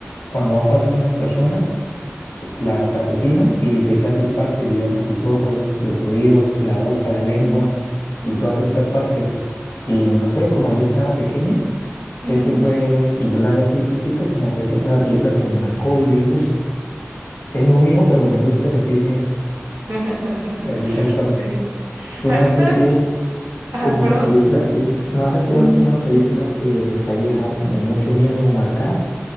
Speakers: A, on the left; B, on the right.
A: cuando van pasando unas personas, co- las asesina y se queda sus partes, digamos sus ojos, los oídos, la boca, la lengua
B: ujú, ujú,
A: y todas estas partes. Y no sé, como yo estaba pequeño,
B: ujú.
A: ese fue, y yo la vi así de chiquito, como que esa fue la película que me marcó y yo dije, uff. Tengo miedo, pero me gusta sentir miedo,
B: <laughs>
A: así tal cual.
B: Sí.
A: ¿Tú
B: A
A: no has
B: mí,
A: sentido
B: ¿sabes? Ah,
A: como
B: perdón.
A: una película así, no has sentido
B: Ujú.
A: así como una película que te haya dejado como mucho miedo o marcada?